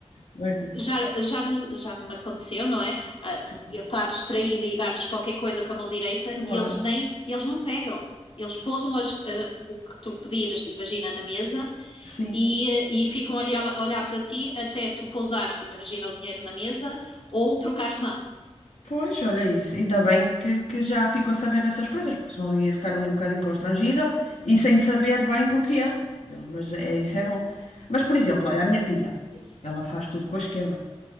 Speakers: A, on the left; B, on the left.
A: Ok.
B: já, já, já me aconteceu, não é? Ah,
A: Sim,
B: eu estar distraída e dar-lhes qualquer coisa com a mão direita
A: claro.
B: e eles nem, eles não pegam. Eles pousam as- ah, o que tu pedires, imagina, na mesa
A: Sim.
B: e, e ficam ali a olhar para ti até tu pousares, imagina, o dinheiro na mesa ou trocares de mão.
A: Pois, olha isso. Ainda bem que, que já ficou a saber dessas coisas, porque senão ia ficar ali um bocadinho constrangida e sem saber bem porquê. Eu, Mas é, isso é bom. Mas, por exemplo, olha, a minha
B: É,
A: filha,
B: diz.
A: ela faz tudo com a esquerda.